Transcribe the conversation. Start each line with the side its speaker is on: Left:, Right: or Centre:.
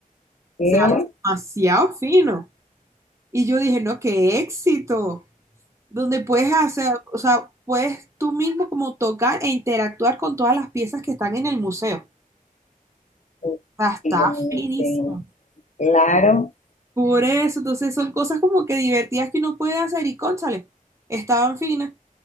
Left: ¿Qué?
Right: sea, demasiado fino. Y yo dije, no, qué éxito. donde puedes hacer, o sea, puedes tú mismo como tocar e interactuar con todas las piezas que están en el museo.
Left: Uf,
Right: O sea, está
Left: Y buenísimo.
Right: finísimo.
Left: Claro,
Right: Por eso, entonces son cosas como que divertidas que uno puede hacer y cónchale, estaban finas.